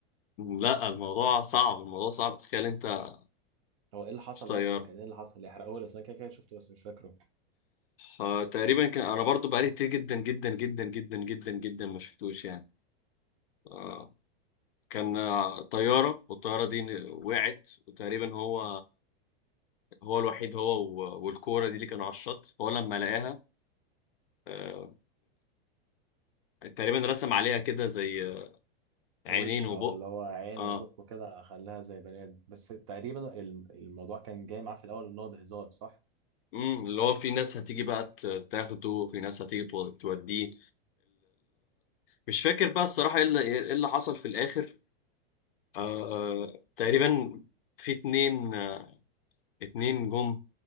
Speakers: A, on the left; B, on the right.
A: لا الموضوع صعب الموضوع صعب تخيل انت
B: هو ايه اللي حصل
A: مش طيارة
B: اصلا كان ايه اللي حصل يحرقه لي اصل انا كده كده شفته بس مش فاكره
A: آه تقريبا كان انا برضو بقالي كتير جدا جدا جدا جدا جدا جدا ما شفتوش يعني آه كان آه، طيارة والطيارة دي ن- وقعت وتقريبا هو هو الوحيد هو و- والكورة دي اللي كانوا على الشط هو لما لقاها آه تقريبا رسم عليها كده زي عينين
B: وش
A: وبق
B: اه اللي هو عين
A: اه
B: وبق وكده خلاها زي بني ادم بس تقريبا الم- الموضوع كان جاي معاه في الاول ان هو بهزار صح
A: امم اللي هو في ناس هتيجي بقى ت- تاخده في ناس هتيجي تو- توديه مش فاكر بقى الصراحة ايه اللي إيه اللي حصل في الآخر آه آه، تقريبا في اتنين آه، اتنين جم